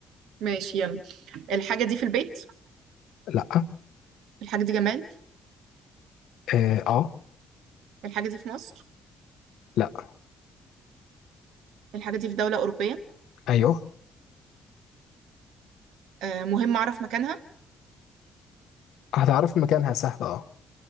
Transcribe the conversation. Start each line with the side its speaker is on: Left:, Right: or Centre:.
Right: ماشي يلا الحاجه دي في البيت
Left: لأ
Right: الحاجه دي جماد
Left: آه, آه
Right: الحاجه دي في مصر
Left: لأ
Right: الحاجه دي في دوله اوروبيه
Left: أيوه
Right: آه مهم اعرف مكانها
Left: هتعرف مكانها سهل اه